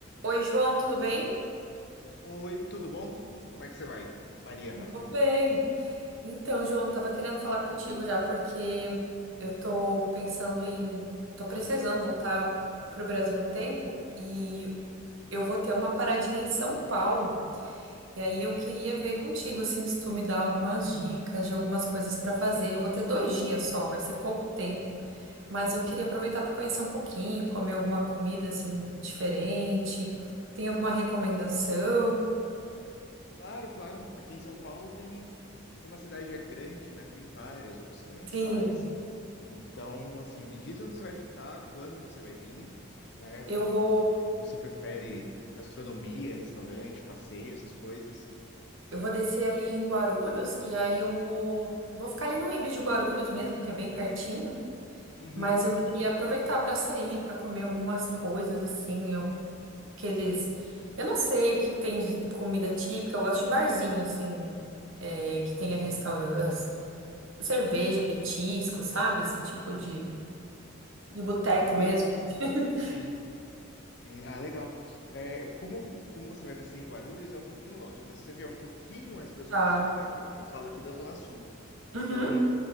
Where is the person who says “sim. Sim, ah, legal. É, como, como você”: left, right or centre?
Left